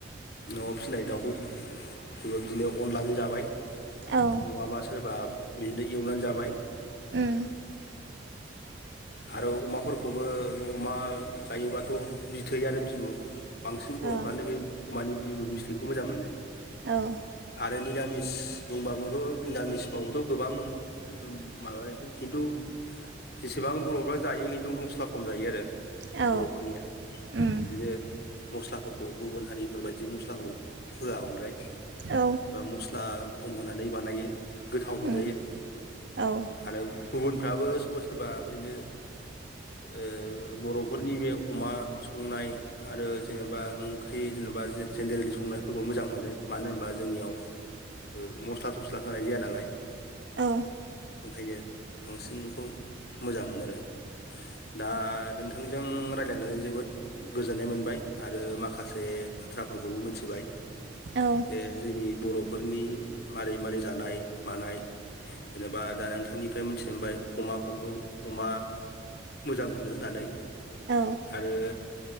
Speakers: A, on the left (about 50°); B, on the right (about 65°).
A: न'आव फिसिनाय दाउखौ। सोरबा बिदिनो अनलाजों जाबाय।
B: औ
A: नङाबा सोरबा बिदिनो एवनानै जाबाय।
B: उम
A: आरो अमाफो बेखौबो अमा जायोबाथ' बिथै आरो बिबु। बांसिन बर'फ्रानो
B: औ
A: बे मानि बिबु बिस्रिखौ मोजां मोनो
B: औ
A: आरो। रामिस बुंबाबो। औ निरामिसबाथ' गोबां माबायो खिन्थु। जेसेबां बर'फ्रा जायो खिन्थु मस्ला खम जायो आरो।
B: औ
A: बर'फोरनिया
B: उम
A: बिदिनो मस्लाफोरखौ गुबुन हारिफोर बायदि मस मस्लाखौ होआ बांद्राय
B: औ
A: बा मस्ला खम होनानै बानायो। गोथाव मोनजायो
B: उम औ
A: आरो गुबुनफ्राबो। सोरबा सोरबा बिनो ओ बर'फोरनि बे अमा संनाय आरो जेनेबा ओंख्रि जेनेबा जे-जेनेरेलि संनायफोरखौ मोजां मोनो मानो होनबा जोंनियाव और मोस थस्ला थस्ला होनाय जाया नालाय
B: औ
A: ओंखायनो। बांसिन बेखौ मोजां मोनो आरो। दा नोंथांजों रायलायनानै जोबोद गोजोननाय मोनबाय आरो माखासे बे बाथ्राफोरखौबो मिथिबाय
B: औ
A: बे जोंनि बर'फोरनि मारै-मारै जानाय मानाय जेनेबा दा नोंथांनिफ्राय मोनथिनो मोनबाय अमाखौथ' अमा। मोजां मोनो होननानै
B: औ
A: आरो